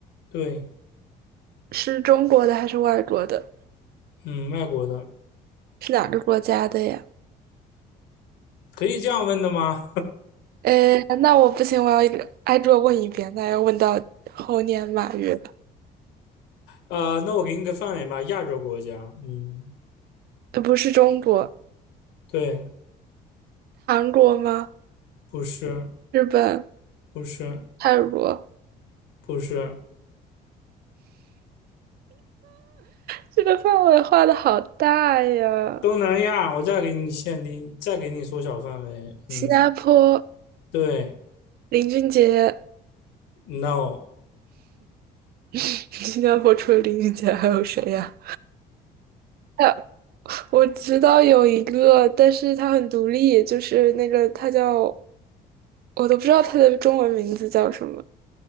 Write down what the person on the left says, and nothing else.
对，
嗯，外国的，
可以这样问的吗？
呃，那我给你个范围吧，亚洲国家。嗯，
对，
不是，
不是，
不是，
东南亚。我再给你限定，再给你缩小范围。
嗯，对
，No，